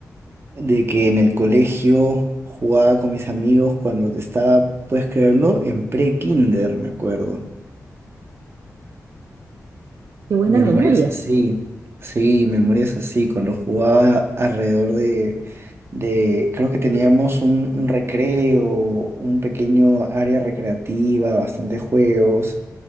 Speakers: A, on the right; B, on the right.
A: de que en el colegio jugaba con mis amigos cuando estaba, puedes creerlo, en pre-kinder, me acuerdo.
B: Qué buena
A: Memorias
B: memoria.
A: así, sí, memorias así, cuando jugaba alrededor de, de creo que teníamos un, un recreo, un pequeño área recreativa, bastantes juegos,